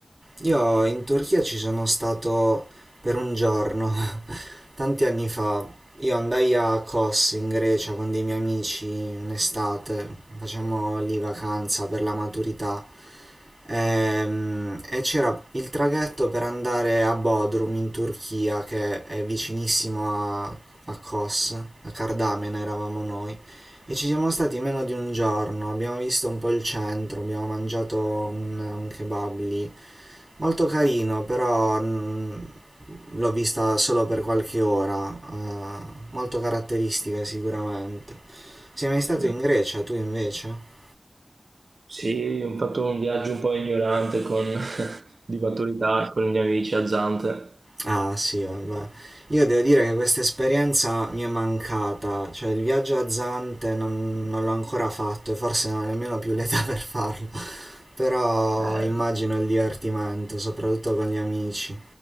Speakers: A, on the right; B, on the right.
A: Io in Turchia ci sono stato per un giorno, <laughs> tanti anni fa. Io andai a Kos in Grecia con dei miei amici un'estate, facciamo lì vacanza per la maturità. Ehm, E c'era il traghetto per andare a Bodrum in Turchia, che è vicinissimo a, a Kos, a Cardamena eravamo noi. E ci siamo stati meno di un giorno, abbiamo visto un po' il centro, abbiamo mangiato un un kebab lì. Molto carino, però mh, l'ho vista solo per qualche ora, eh, molto caratteristica sicuramente. Sei mai stato
B: Eh,
A: in Grecia, tu invece?
B: Sì, ho fatto un viaggio un po' ignorante con, <laughs> di maturità con gli amici a Zante.
A: Ah sì, vabbè. Io devo dire che questa esperienza mi è mancata, cioè il viaggio a Zante non, non l'ho ancora fatto e forse non ho nemmeno più l'età per farlo, <laughs> però
B: Eh,
A: immagino il divertimento, soprattutto con gli amici.